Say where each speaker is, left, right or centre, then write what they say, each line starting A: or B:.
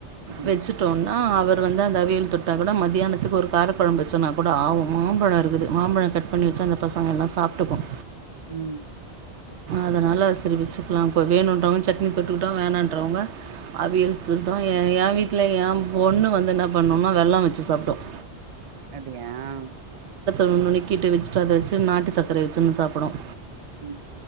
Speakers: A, on the right; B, on the right.
A: ம்
B: வெச்சுடோன் ஹா அவர் வந்து அந்த அவியல் தொட்டா கூட மதியியானத்துக்கு ஒரு காரக்கொழம்பு வச்சோன்னா கூட ஆவும் மாம்பழம் இருகுது மாம்பழ கட் பண்ணி வச்சா அந்த பசங்க எல்லா சாப்ட் டூக்ம்
A: உம்
B: அதனால சிரி வச்சுக்கலாம் இப்ப வேணும்ன்றவங்க சட்னி தொட்டுகுட்டும் வேணன்றறவங்க அவியல் துர்யாய் என்ன் ஏ வீட்ல ஏ பொண்ணு வந்து என்ன பண்ணும்னா வெல்ல வச்சி சாப்டும்
A: ஏம்
B: நுனுக்கிட்டு வச்சுடு அத வச்சி நாட்டு சக்கரை வச்சுருந்து சாப்டும்
A: உம்